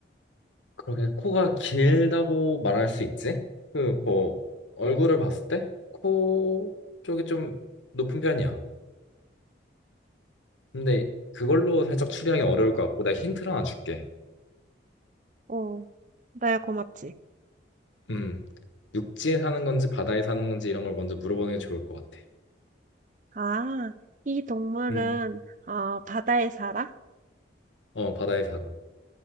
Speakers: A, on the left; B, on the right.
A: 그렇게 코가 길다고 말할 수 있지? 그 뭐 얼굴을 봤을 때 코 쪽이 좀 높은 편이야. 근데 그걸로 살짝 추리하기 어려울 것 같고 내가 힌트를 하나 줄게.
B: 어, 나야 고맙지.
A: 음, 육지에 사는 건지 바다에 사는 건지 이런 걸 먼저 물어보는 게 좋을 것 같아.
B: 아, 이 동물은
A: 음,
B: 어, 바다에 살아?
A: 어 바다에 살아.